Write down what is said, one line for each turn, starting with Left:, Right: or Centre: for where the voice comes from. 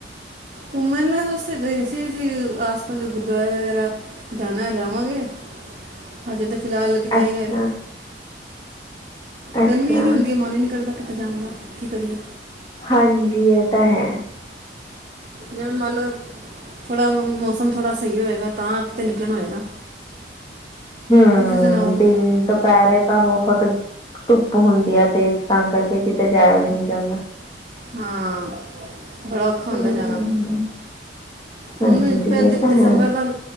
Right: ਘੁੰਮਣ ਅਸੀਂ ਗਏ ਸੀ ਅਸੀਂ ਆਸ ਪਾਸ ਦੇ ਗੁਰਦੁਆਰੇ ਵਗੈਰਾ ਜਾਣਾ ਜਾਵਾਂਗੇ, ਹਜੇ ਤੇ ਫਿਲਹਾਲ ਕਿਤੇ
Left: ਅੱਛਾ
Right: ਨੀ ਗਏ।
Left: ਅੱਛਾ
Right: ਗਰਮੀ ਇੰਨੀ ਹੁੰਦੀ ਐ, ਮਨ ਈ ਨਈ ਕਰਦਾ ਕਿਤੇ ਜਾਣ ਦਾ ਕੀ ਕਰੀਏ।
Left: ਹਾਂਜੀ, ਇਹ ਤਾਂ ਹੈ।
Right: ਜਿਵੇਂ ਮੰਨ ਲੳ ਥੋੜਾ ਮ ਮੌਸਮ ਥੋੜਾ ਸਈ ਹੋਏਗਾ ਤਾਂ ਕਿਤੇ ਨਿਕਲਣ ਹੋਏਗਾ।
Left: ਹੂੰ,
Right: ਤੁਸੀਂ ਸੁਣਾਓ
Left: ਦਿਨ ਦੁਪਹਿਰੇ ਤਾਂ ਬਹੁਤ ਖਤ ਧੁੱਪ ਹੁੰਦੀ ਆ ਤੇਜ਼ ਤਾਂ ਕਰਕੇ ਕਿਤੇ ਜਾਇਆ ਵੀ ਨਈ ਜਾਂਦਾ।
Right: ਹਾਂ, ਬੜਾ ਓਖਾ ਹੁੰਦਾ
Left: ਹੂੰ
Right: ਜਾਣਾ।
Left: ਹਾਂਜੀ
Right: ਹੁਣ ਦੁਪਹਿਰ ਦੇਖ
Left: ਇਹ ਤਾਂ
Right: ਦਸੰਬਰ
Left: ਹੈ
Right: ਦਾ,